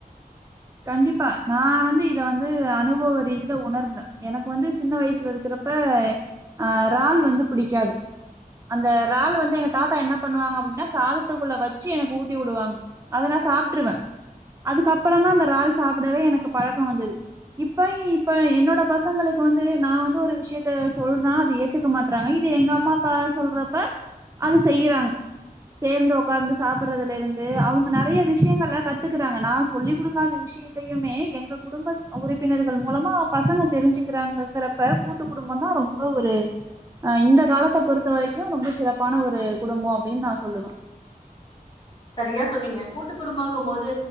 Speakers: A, on the right; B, on the left.
A: கண்டிப்பா நா வந்து இத வந்து அனுபவ ரீதியில உணர்ந்தே எனக்கு வந்து சின்ன வயசுல இருக்குறப்ப ஆ இறால் வந்து படிக்காது அந்த இறால் வந்து எங்க தாத்தா என்ன பண்ணுவாங்க அப்டின்னா சாதத்துக்குள்ள வச்சி எனக்கு ஊட்டி உடுவாங்க அத நா சாப்ட்டுருவே அதுக்கப்றோ தா இறால் சாப்டவே எனக்கு பழக்கோ வந்தது இப்ப இப்ப என்னோட பசங்களுக்கு வந்து நா வந்து ஒரு விஷயத்த சொல்றா அது ஏத்துக்க மாட்றாங்க இது எங்க அம்மா அப்பா சொல்றப்ப அது செய்றாங்க சேர்ந்து ஒக்காந்து சாப்டுறதுல இருந்து அவங்க நறைய விஷயங்கள்ல கத்துக்கறாங்க நா சொல்லிகுடுக்க க்காத விஷயத்தையுமே எங்க குடும்ப உறுப்பினர்கள் மூலமா பசங்க தெரிஞ்சிக்கிறாங்கங்கிறப்ப கூட்டு குடும்பம் தா ரொம்ப ஒரு ஆ இந்த காலத்த பொறுத்த வரைக்கு ரொம்ப சிறப்பான ஒரு குடும்போ அப்டின்னு நா சொல்லுவே
B: சரியா சொன்னீங்க கூட்டு குடும்பங்கு போது